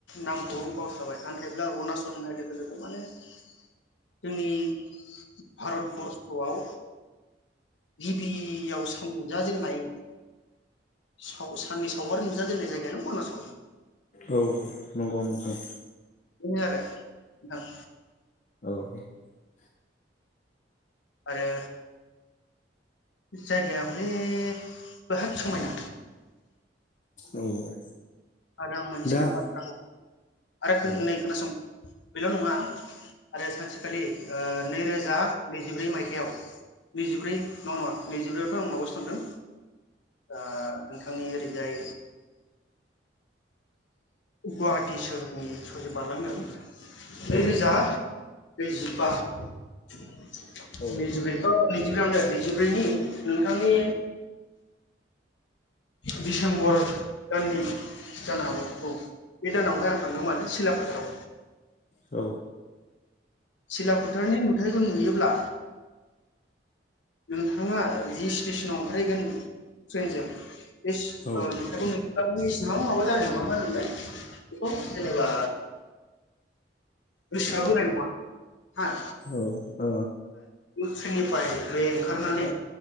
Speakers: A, on the left (about 85°); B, on the left (about 45°).
A: नामखौ बावस्राबाय नाथायब्ला अरुनाचल होननाय लोगो लोगो माने जोंनि भारतबर्स'आव गिबियाव सानजाजेननाय साननि सावगारि नुजा जेननाय जायगायानो अरुनाचल
B: औ नंगौ नंगौ
A: बिदिनो आरो नोंथां
B: औ
A: आरो जायगाया हले बहत समायना
B: औ
A: आरो आं मोनसे
B: दा
A: बाथ्राखौ आरो
B: औ
A: नै खोनासं बेल' नङा आरो सानसेखालि ओ नैरोजा नैजिब्रै मायथाइयाव नैजिब्रै नङा नङा नैजिब्रैयावथ' आं माबायावसो थांदों ओ नोंथांनि ओरैजाय गुवाहाटि सोहोरनि ससे बारलांदों नै
B: औ
A: रोजा नैजिबा निजिब्रैखौ
B: औ
A: नैजिब्रैआवनो नैजिब्रैनि नोंथांनि दिडसेम्बर दाननि जानो हागौ औ बे दानावहाय आं थांदों मानो सिला फोथाराव
B: औ
A: सिला फोथारनि नुथाइखौ नुयोब्ला नोंथाङा जि स्टेसनाव ओंखारहैगोन ट्रेइनजों बे सिन
B: औ
A: नुथायखौ नुयोब्लानो बेसेबां माबा जानाय नङा मा होनोमोनलाय जेनेबा गोसोआ बोनाय नङा हा
B: औ आ
A: ट्रेइननिफ्राय बे ओंखारनानै